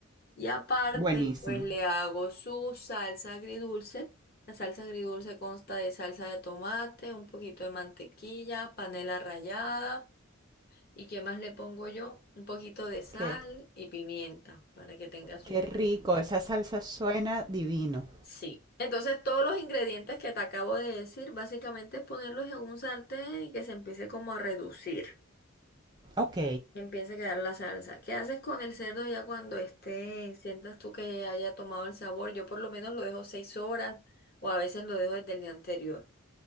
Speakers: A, on the left (about 45°); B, on the right (about 20°).
A: Y aparte,
B: buenísimo.
A: pues le hago su salsa agridulce. La salsa agridulce consta de salsa de tomate, un poquito de mantequilla, panela rallada. ¿Y qué más le pongo yo? Un poquito de sal
B: Qué,
A: y pimienta para que tenga su
B: qué rico,
A: sabor.
B: esa salsa suena divino.
A: Sí. Entonces, todos los ingredientes que te acabo de decir, básicamente es ponerlos en un sartén y que se empiece como a reducir.
B: Ok,
A: Empieza a quedar la salsa. ¿Qué haces con el cerdo ya cuando esté, sientas tú que haya tomado el sabor? Yo por lo menos lo dejo seis horas o a veces lo dejo desde el día anterior.